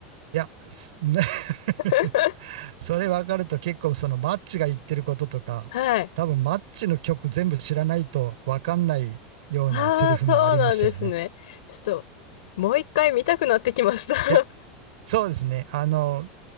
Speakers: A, on the right; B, on the left.
A: いや、す <laughs>
B: <laughs>
A: それ分かると結構そのマッチが言ってることとか、
B: はい。
A: 多分マッチの曲全部知らないと分かんないようなセリフもありましたよね。
B: ああ、そうなんですね。ちょっと、もう一回見たくなってきました。
A: いや、
B: <laughs>
A: そうですね。あの、